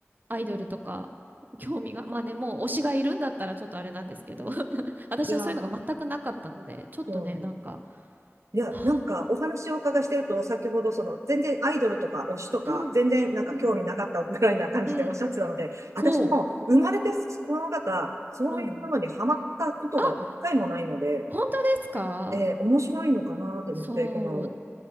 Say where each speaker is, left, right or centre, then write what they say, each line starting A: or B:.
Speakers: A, on the right; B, on the right.
A: アイドルとか、興味が、まあね、もう推しがいるんだったらちょっとあれなんですけど、<laughs> 私はそういうのが全くなかったので、
B: いやー、
A: ちょっとね、
B: そう
A: なんか、
B: いや、
A: はあ
B: なんかお話をお伺いしてると、先ほどその全然アイドルとか推しとか、
A: うん、
B: 全然なんか興味なかったぐらいな感じでおっしゃってたので、
A: うん、うん、
B: 私も生まれてこの方、
A: そ
B: そういうものにハマったことが一回もないので、
A: う、うん。あ、本当ですか
B: えー面白いのかなと思って、
A: そう、
B: この